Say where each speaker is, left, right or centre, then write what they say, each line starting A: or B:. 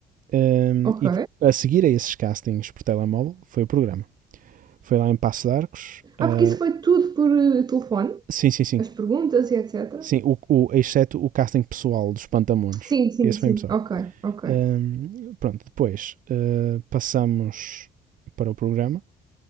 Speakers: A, on the right (about 55°); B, on the right (about 25°).
A: Um,
B: Ok.
A: e a seguir a esses castings por telemóvel foi o programa. Foi lá em Passo de Arcos. ah,
B: Ah, porque isso foi tudo por eh, telefone,
A: sim, sim, sim.
B: as perguntas e etc.
A: Sim, o, o- exceto o casting pessoal dos Pantamones.
B: Sim, sim,
A: Esse
B: sim.
A: foi em pessoal.
B: Ok, ok.
A: Um, pronto, depois ah, passamos para o programa.